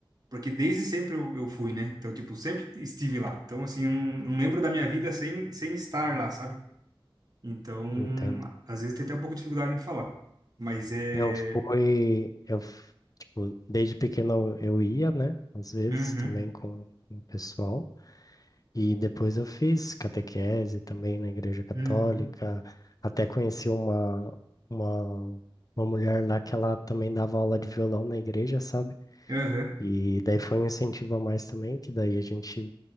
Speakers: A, on the right; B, on the left.
A: porque desde sempre eu, eu fui, né? Então, tipo, sempre estive lá. Então, assim, eu não, não lembro da minha vida sem, sem estar lá, sabe? Então,
B: Entendo.
A: às vezes tem até um pouco de dificuldade em falar. Mas é.
B: Eu fui, eu, f- tipo, desde pequeno eu eu ia, né? Às vezes
A: Uhum,
B: também com com o pessoal. E depois eu fiz catequese também na igreja católica.
A: uhum,
B: Até conheci uma, uma, uma mulher lá que ela também dava aula de violão na igreja, sabe?
A: aham,
B: E daí foi um incentivo a mais também, que daí a gente